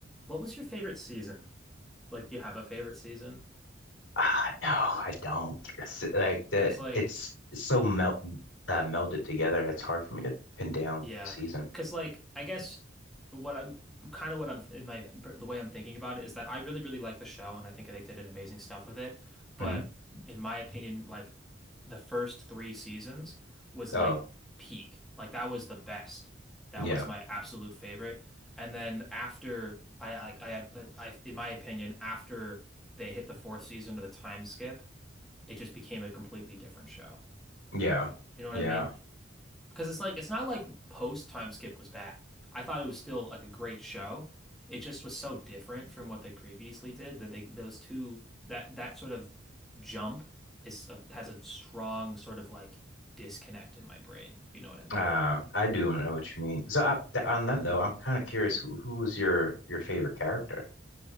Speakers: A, in the centre; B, on the left.
A: What was your favorite season? Like, do you have a favorite season?
B: Ah, no, I don't. It's like that.
A: Because, like,
B: It's so melt uh, melded together. It's hard for me to pin down
A: Yeah,
B: season.
A: because like I guess what I'm kind of what I'm in my the way I'm thinking about it is that I really really like the show and I think they did an amazing stuff with it, but
B: hmm
A: in my opinion, like the first three seasons was like
B: Oh,
A: peak, like that was the best, that
B: yeah,
A: was my absolute favorite, and then after I like I have uh, I in my opinion after they hit the fourth season to the time skip, it just became a completely different show.
B: yeah,
A: You know what
B: yeah.
A: I mean? Because it's like it's not like post Time Skip was bad. I thought it was still like a great show. It just was so different from what they previously did that they those two that that sort of jump is a, has a strong sort of like disconnect in my brain, if you know what I mean.
B: Uh, I do know what you mean. So I, th on that note, I'm kind of curious who who was your your favorite character?